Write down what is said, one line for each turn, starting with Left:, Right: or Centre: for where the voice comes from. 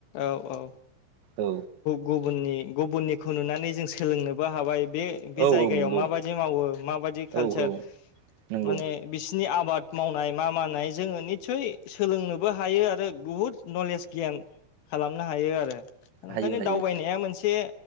Left: औ-औ
Right: औ
Left: गुबुननि गुबुननिखौ नुनानै जों सोलोंनोबो हाबाय बे बे
Right: औ
Left: जायगायाव
Right: औ नंगौ
Left: माबायदि मावो माबाददि कालचार
Right: औ औ नंगौ
Left: माने बिसिनि आबाद बाद मावनाय मा मावानाय जोङो निसय सोलोंनोबो हायो आरो बहुद नलेज गियान खालामनो हायो आरो ओंखायनो
Right: हायो हायो
Left: दावबायनाया मोनसे